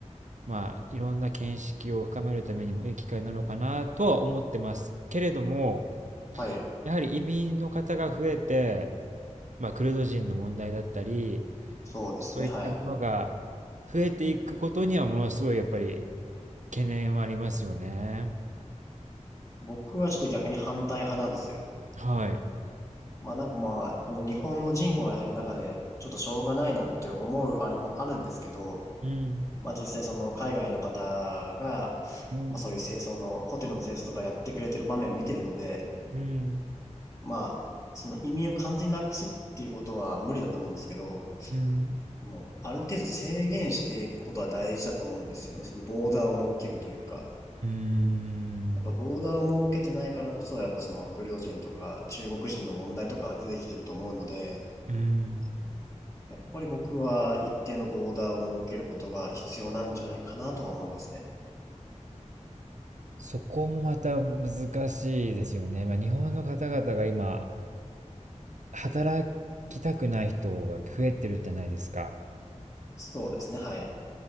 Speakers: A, on the right; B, on the left.
A: まあ、いろんな見識を深めるためにもいい機会なのかなとは思ってますけれども、
B: はい。
A: やはり移民の方が増えて、まあ、クルド人の問題だったり、
B: そうですね、
A: そういったものが
B: はい。
A: 増えていくことにはものすごいやっぱり懸念はありますよね。
B: 僕はちょっと逆に反対派なんですよ。
A: はい。
B: まあなんかまあ、この日本の人口が減る中で、ちょっとしょうがないなって思うあれもあるんですけど、
A: うん。
B: まあ実際その海外の方が、
A: うん。
B: まあそういう清掃の、ホテルの清掃とかやってくれてる場面を見てるので、
A: うん。
B: まあ、その移民を完全になくすっていうことは無理だと思うんですけど、
A: うん。
B: でもうある程度制限していくことは大事だと思うんですよね。そのボーダーを設けるというか。
A: うーん。
B: やっぱボーダーを設けてないからこそ、やっぱそのクルド人とか中国人の問題とかが出てきてると思うので、
A: うーん。
B: やっぱり僕は一定のボーダーを設けることが必要なんじゃないかなとは思いますね。
A: そこもまた難しいですよね。まあ、日本の方々が今、働きたくない人が増えてるじゃないですか。
B: そうですね。はい。